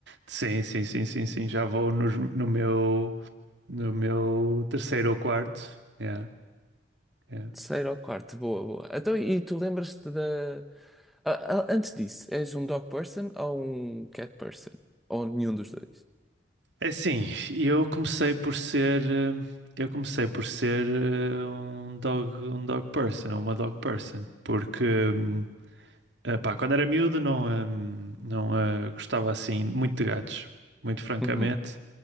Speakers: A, on the right; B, in the centre.
A: Sim, sim, sim, sim, sim. Já vou nos- no, meu, no meu terceiro ou quarto. Yeah, yeah.
B: Terceiro ou quarto, boa, boa. Então, e tu lembras-te da. Ah, ah, antes disso, és um dog person ou um cat person? Ou nenhum dos dois?
A: É assim, eu comecei por ser, eh, eu comecei por ser eh, um dog, um dog person, ou uma dog person, porque hum, eh, pá, quando era miúdo não, hum, não eh, gostava assim muito de gatos, muito francamente.
B: Uhum.